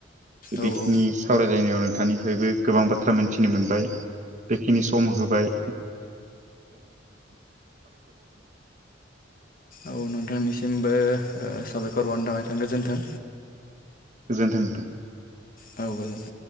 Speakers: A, on the left; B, on the right.
A: औ
B: बेखिनि
A: औ
B: सावरायलायनायाव नोंथांनिफ्रायबो गोबां बाथ्रा मिथिनो मोनबाय बेखिनि सम होबाय
A: औ नोंथांनिसिमबो ओ साबायखर बावनो थाखबाय नोंथां गोजोन्थों
B: गोजोन्थों नोंथां
A: औ गोजोन्थों